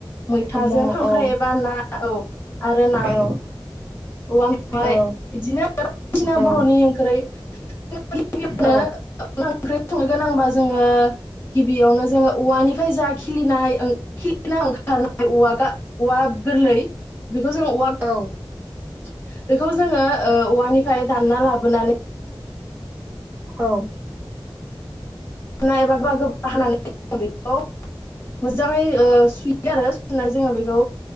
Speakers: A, on the left (about 25°); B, on the right (about 20°).
A: मैथाजों
B: साम' औ
A: खांख्राइ
B: औ
A: एबा ना औ आरो ना
B: औ
A: औवा मेवाय
B: औ
A: बिदिनो बायदिसिना
B: औ
A: बर'नि ओंख्रै गिबियावनो
B: औ
A: अनला ओंख्रि। संनो गोनांब्ला जोङो गिबियावनो जोङो औवानिफ्राय जा खिलिनाय खिलिना ओंखारनाय औवा गोरलै बेखौ जों <inaudible>
B: औ
A: <inaudible> बेखौ जोङो औवानिफ्राय दानना लाबो। बोनानै।
B: औ।
A: एबा गोबा गोबा हानानै बेखौ मोजाङै सुयो आरो सुनाय जोङो बेखौ